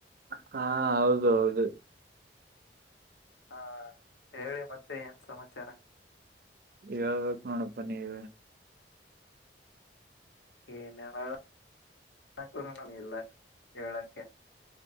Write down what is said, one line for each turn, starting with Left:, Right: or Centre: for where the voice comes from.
Right: ಹಾ ಹೌದು ಹೌದು.
Left: ಹಾ ಹೇಳಿ ಮತ್ತೆ ಏನ್ ಸಮಾಚಾರ.
Right: ಹೇಳ್ಬೇಕ್ ನೋಡಪ್ಪಾ ನೀವೆ.
Left: ಏನ್ ಹೇಳನ <unintelligible> ಕೂರುನು ಇಲ್ಲ ಹೇಳಕ್ಕೆ.